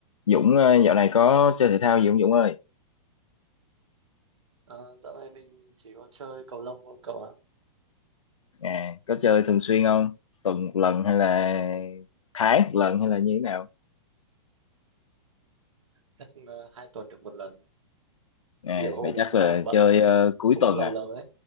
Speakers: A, on the left; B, on the right.
A: Dũng ờ, dạo này có chơi thể thao gì không Dũng ơi?
B: Ờ, dạo này mình chỉ có chơi cầu lông thôi cậu ạ.
A: À, có chơi thường xuyên không? Tuần một lần hay là tháng một lần hay là như thế nào?
B: Chắc ờ, hai tuần được một lần.
A: À,
B: Nhiều hôm
A: vậy chắc là
B: à, bận
A: chơi
B: thì
A: ờ, cuối
B: cũng
A: tuần
B: lâu
A: à?
B: lâu đấy.